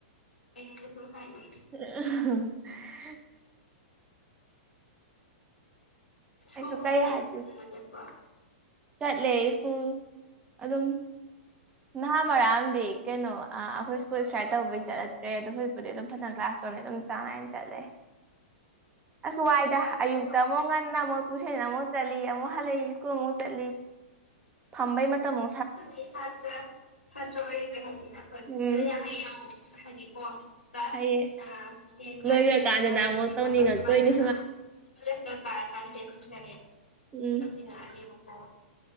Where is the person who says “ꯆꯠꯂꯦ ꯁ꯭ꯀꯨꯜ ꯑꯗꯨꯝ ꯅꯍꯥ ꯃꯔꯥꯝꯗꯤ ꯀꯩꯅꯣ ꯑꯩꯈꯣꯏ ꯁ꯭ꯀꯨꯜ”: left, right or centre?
Right